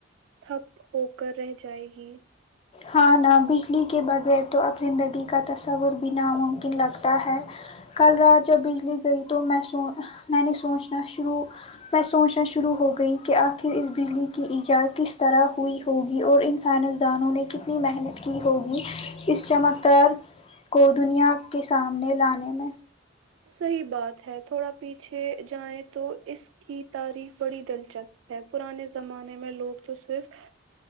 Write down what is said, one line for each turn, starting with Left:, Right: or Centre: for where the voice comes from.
Right: تھپ ہو کر رہ جائے گی
Left: ہاں نہا بجلی کے بغیر تو اب زندگی کا تصور بھی ناممکن لگتا ہے کل رات جب بجلی گئی تو میں سو میں نے سوچنا شروع میں سوچنا شروع ہو گئی کہ آخر اس بجلی کی ایجاد کس طرح ہوئی ہوگی اور ان سائنسدانوں نے کتنی محنت کی ہوگی اس چمکدار کو دنیا کے سامنے لانے میں
Right: صحیح بات ہے تھوڑا پیچھے جائیں تو اس کی تاریخ بڑی دلچسپ ہے پرانے زمانے میں لوگ تو صرف